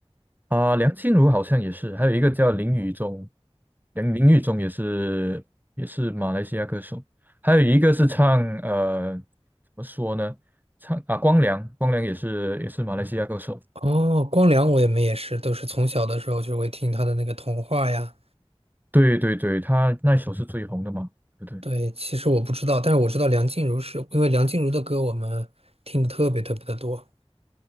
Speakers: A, on the right; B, on the right.
A: 啊，梁静茹好像也是，还有一个叫林宇中，梁林宇中也是也是马来西亚歌手，还有一个是唱呃怎么说呢，唱啊光良，光良也是也是马来西亚歌手，
B: 哦，光良我也没也是，都是从小的时候就会听他的那个童话呀。
A: 对对对，他那首是最红的嘛，对不对？
B: 对，其实我不知道，但是我知道梁静茹是因为梁静茹的歌我们听的特别特别的多。